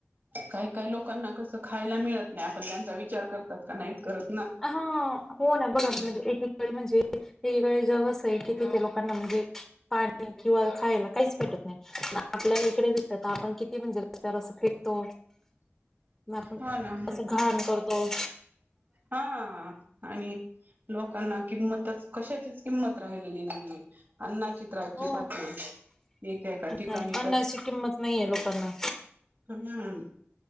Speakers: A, on the right; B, in the centre.
A: काही काही लोकांना कसं. खायला मिळत नाही आपण त्यांचा विचार करतात का नाहीत करत ना.
B: हा हो ना बरोबर म्हणजे एकीकडे म्हणजे. एककडे जग अस आहे की तिथे लोकांना म्हणजे पाणी किंवा खायला काहीच. भेटत नाही आपल्याला इकडे भेटत आपण किती म्हणजे रस्त्यावर फेकतो. म आपण
A: हा ना
B: कस घाण करतो.
A: हा आणि. लोकांना किंमतच कशाचीच किंमत राहिलेली नाहीये अन्नाची. तर आजी
B: हो
A: बात नाही. एका एका ठिकाणी
B: नाही अन्नाची
A: तर
B: किंमत नाहीये लोकांना.
A: ह हम